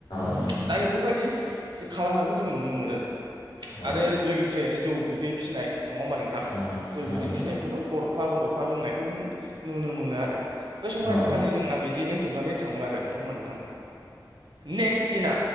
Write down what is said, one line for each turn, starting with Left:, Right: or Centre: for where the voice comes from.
Left: नोंथां
Right: दा बेफोरबायदि खालामनायखौ जों नुनो मोनो।
Left: औ
Right: आरो लोगोसे जौ बिदै फिसिनाय नङा होमबा नोंथां?
Left: औ
Right: जों बिदै
Left: नोंथां
Right: फिसिनायखौबो गरदफा गरदफा लोंनायखौ जोंङो नुनो मोनो आरो बे संक्रान्ति
Left: औ नोंथां औ
Right: खालि जोंना दा बिदियैनो जोबनानै थांङो आरो नङा होमबा नोंथां। नेक्स्ट दिना